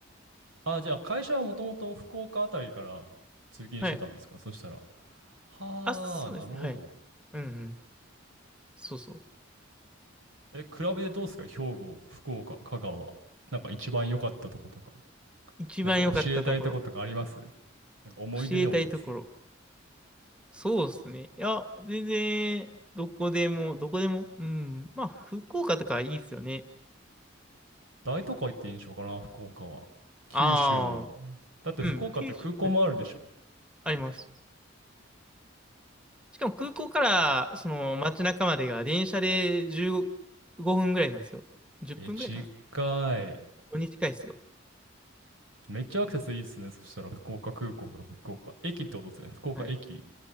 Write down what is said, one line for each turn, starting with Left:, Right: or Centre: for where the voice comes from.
Right: あ、じゃあ会社はもともと福岡あたりから通勤してたんですかそしたら。
Centre: はい。
Right: はあ、
Centre: あ、そうですね。
Right: なるほど。
Centre: はい。うんうん。そうそう。
Right: え、比べてどうですか兵庫、福岡、香川。なんか一番良かったとことか。
Centre: 一番良かったところ。
Right: なんか教えたいとことかありますなんか思い出でもいいですよ。
Centre: 教えたいところ。そうですね。いや、全然、どこでも、どこでも。うん。まあ、福岡とかいいっすよね。
Right: 大都会って印象かな福岡は。九州の。
Centre: ああ、
Right: だって福岡って空港もあるでしょ。
Centre: うん。九州、はい。あります。しかも空港から、その街中までが電車で15分ぐらいなんですよ。10分ぐらいかな。
Right: え、近い。
Centre: に近いっすよ。
Right: めっちゃアクセスいいっすね。そしたら、福岡空港が福岡駅ってことですよね。福岡駅。
Centre: はい。